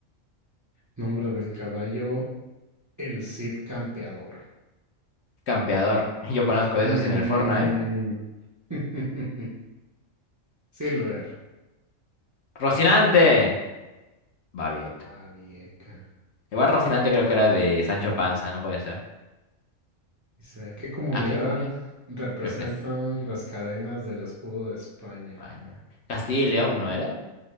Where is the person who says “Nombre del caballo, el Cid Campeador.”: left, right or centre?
Right